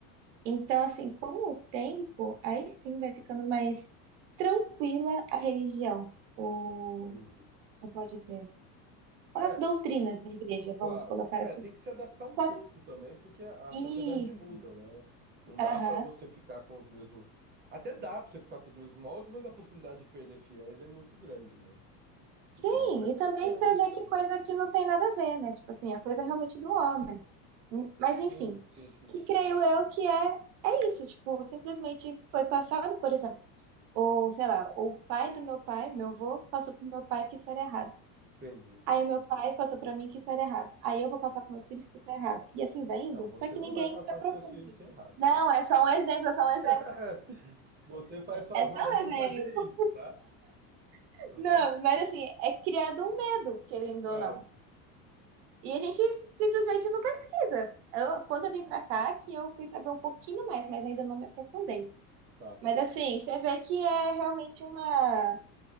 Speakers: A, on the right; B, on the right.
A: Então, assim, com o tempo, aí sim vai ficando mais tranquila a religião, ou
B: Entendi.
A: como pode dizer, as
B: É,
A: doutrinas da igreja, vamos
B: claro.
A: colocar
B: É,
A: assim.
B: tem que se adaptar um
A: Só-
B: pouco também, porque a
A: Isso,
B: sociedade muda, né? Não dá
A: aham.
B: pra você ficar com os mesmos. Até dá pra você ficar com os mesmos moldes, mas a possibilidade de perder fiéis é muito grande, né? Porque
A: Sim,
B: tem uma hora que
A: e também
B: você cansa,
A: você vê que
B: né?
A: coisa que não tem nada a ver, né? Tipo assim, a coisa
B: É.
A: é realmente do homem. Mas enfim.
B: Sim, sim, sim.
A: E creio eu que é, é isso, tipo, simplesmente foi passado, por exemplo, ou sei lá, o pai do meu pai, meu avô, passou pro meu pai que isso era errado.
B: Entendi.
A: Aí o meu pai passou pra mim que isso era errado. Aí eu vou passar pros meus filhos que isso é errado. E assim vai indo.
B: Não, você
A: Só que
B: não
A: ninguém
B: vai passar
A: se aprofunda.
B: pros seus filhos que é errado,
A: Não,
B: tá?
A: é só um exemplo, é só um exemplo.
B: <laughs> Você faz favor
A: É só um
B: de não
A: exemplo.
B: fazer isso, tá?
A: <laughs>
B: Você,
A: Não, mas assim, é criado um medo, querendo
B: claro.
A: ou não. E a gente simplesmente não pesquisa. Eu, quando eu vim pra cá, que eu fui saber um pouquinho mais, mas ainda não me aprofundei.
B: Tá.
A: Mas assim, você vê que é realmente uma.